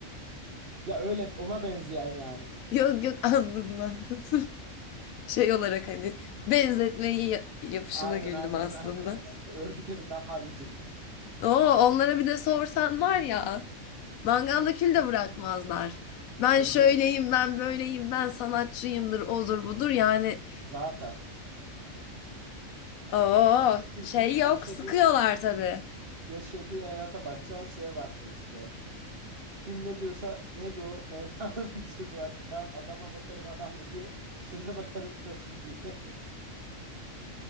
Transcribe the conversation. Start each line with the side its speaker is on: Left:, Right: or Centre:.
Right: Ya öyle ona benzeyen yani.
Left: <laughs> Yok yok anladım anladım. Şey olarak hani benzetmeyi ya- yapışına
Right: Aynen
Left: güldüm
Right: aynen
Left: aslında.
Right: <laughs> aynen aynen. Örgüt evinden hallice gibi.
Left: Oo onlara bir de sorsan var ya mangalda kül de bırakmazlar. Ben
Right: Tabii
Left: şöyleyim
Right: canım.
Left: ben böyleyim ben sanatçıyımdır odur budur yani.
Right: Zaten.
Left: Oo
Right: O bak- Bakıyorsun
Left: şey
Right: yaşadığı
Left: yok sıkıyorlar tabii.
Right: yaşadığı hayata bakacaksın, şeye bakacaksın işte. Kim ne diyorsa neydi o Mevlana'nın <laughs> bir sözü vardı. Ben adama bakarım adam mı diye, söze bakarım söz mü diye.